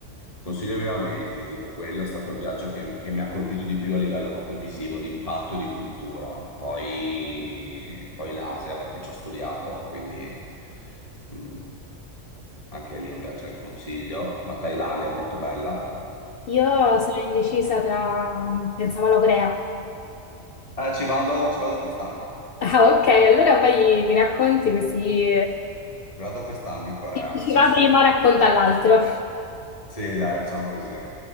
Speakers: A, on the left; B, on the left.
A: consiglio vivamente, ti dico quello, è stato il viaggio che, che mi ha colpito di più a livello proprio visivo, di impatto e di cultura. Poi, poi l'Asia, perché ci ho studiato, quindi mm, anche lì è un viaggio che consiglio. Ma Thailandia, molto bella.
B: Io sono indecisa tra... pensavo alla Corea.
A: Eh, ci vado, ci vado quest'anno,
B: Ah, ok, allora poi mi racconti così
A: ci vado quest'anno in Corea,
B: chi chi
A: sì
B: va
A: sì.
B: prima racconta all'altro.
A: Sì, dai, facciamo così.